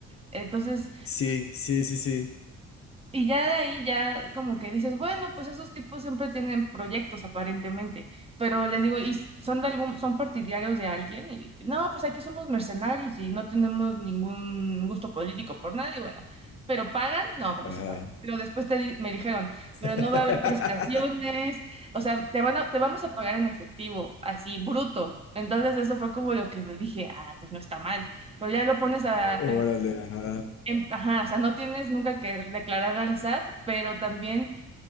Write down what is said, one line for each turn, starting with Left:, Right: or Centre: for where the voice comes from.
Right: Entonces,
Left: sí, sí, sí, sí.
Right: y ya de ahí ya como que dices, bueno, pues esos tipos siempre tienen proyectos aparentemente, pero les digo, ¿y son de algún, son partidarios de alguien? Y no, pues aquí somos mercenarios y no tenemos ningún gusto político por nadie, bueno, pero pagan, no, bueno,
Left: Ajá.
Right: sí pagan. Pero después te di- me dijeron, pero
Left: <laughs>
Right: no va a haber prestaciones, o sea, te van a- te vamos a pagar en efectivo, así bruto. Entonces eso fue como lo que dije, ah, pues no está mal. Pero ya lo pones a,
Left: Órale, ajá.
Right: em- Ajá, o sea, no tienes nunca que declarar al SAT, pero también